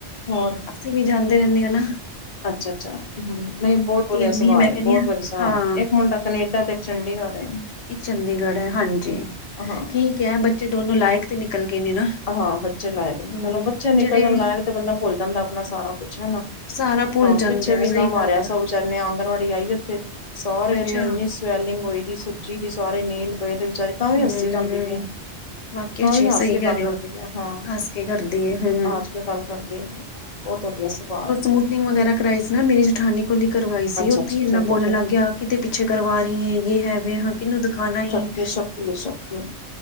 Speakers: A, on the left; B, on the left.
A: ਹੋਰ।
B: ਅਸੀਂ ਵੀ ਜਾਂਦੇ ਰਹਿੰਦੇ ਹਨਾ।
A: ਅੱਛਾ-ਅੱਛਾ, ਹੂੰ ਨਹੀ ਬਹੁਤ ਵਧੀਆ
B: ਇੰਨੀ
A: ਸੁਭਾਅ,
B: ਮੈਂ ਕਹਿੰਦੀ
A: ਬਹੁਤ
B: ਹਾਂ
A: ਵਧੀਆ ਸੁਭਾ
B: ਹਾਂ
A: ਇੱਕ ਮੁੰਡਾ ਕਨੇਡਾ ਤੇ ਚੰਡੀਗੜ੍ਹ ਏ।
B: ਇੱਕ ਚੰਡੀਗੜ੍ਹ ਹੈ ਹਾਂਜੀ,
A: ਹਾਂ।
B: ਠੀਕ ਏ ਬੱਚੇ ਦੋਨੋ ਲਾਇਕ ਤੇ ਨਿਕਲ ਗਏ ਨੇ ਨਾ।
A: ਹਾਂ, ਬੱਚੇ ਲਾਏਕ
B: ਹਮ
A: ਚਲੋ ਬੱਚੇ ਨਿਕਲ
B: ਜਿਹੜੇ
A: ਜਾਣ ਲਾਏਕ ਤੇ ਬੰਦਾ ਭੁੱਲ ਜਾਂਦਾ ਆਪਣਾ ਸਾਰਾ ਕੁਛ ਹਨਾ।
B: ਸਾਰਾ ਭੁੱਲ
A: ਹਾ,
B: ਜਾਂਦਾ
A: ਪਿੱਛੇ ਵੀ
B: ਹੈ
A: ਇੰਨਾ
B: ਸਹੀ
A: ਮਾਰਿਆ
B: ਗੱਲ ਹੈ
A: ਸੌ ਵਿਚਾਰੀ ਨੇ ਆਂਗਣਵਾੜੀ ਆਈ ਉੱਥੇ ਸਾਰੇ
B: ਅੱਛਾ
A: ਦਗ ਇਨੀ ਸਵੈਲਿੰਗ ਹੋਈ ਦੀ ਸੂਜੀ ਦੀ ਸਹਾਰੇ ਨੀਲ ਪਏ ਦੇ ਵਿਚਾਰੀ ਤਾਂ ਵੀ
B: ਹਮ
A: ਹਸੀ ਜਾਂਦੀ ਪਈ ਏ
B: ਵਾਕਿਆ
A: ਤਾਂ ਵੀ
B: ਚ
A: ਹੱਸ
B: ਸਹੀ
A: ਕੇ
B: ਕਹਿ
A: ਗੱਲ
B: ਰਹੇ
A: ਕਰਦੀ
B: ਹੋ
A: ਹਾਂ,
B: ਹੱਸ ਕੇ ਕਰਦੀ ਹੈ ਹਮ
A: ਹਸ ਕੇ ਗੱਲ ਕਰਦੀ ਏ ਬਹੁਤ ਵਧੀਆ ਸੁਭਾਅ ਹੈ।
B: ਸਮੂਥਿੰਗ ਵਗੈਰਾ ਕਰਾਈ ਸੀ ਨਾ ਮੇਰੀ ਜੇਠਾਨੀ ਕੋਲਿ ਹੀ। ਕਰਵਾਈ ਸੀ
A: ਅੱਛਾ
B: ਉੱਥੇ
A: ਅੱਛਾ
B: ਹੀ ਇੰਨਾ
A: ਠੀਕ
B: ਬੋਲਣ
A: ਹੈ ਠੀਕ।
B: ਲੱਗ ਗਿਆ ਕਿੱਦੇ ਪਿੱਛੇ ਕਰਵਾ ਰਹੀ ਏ ਯ ਹੈ ਵੋ ਹੈ ਕਿਹਨੂੰ ਦਿਖਾਣਾ ਈ।
A: ਜਿਵੇ ਸਕੀ-ਸਕਿ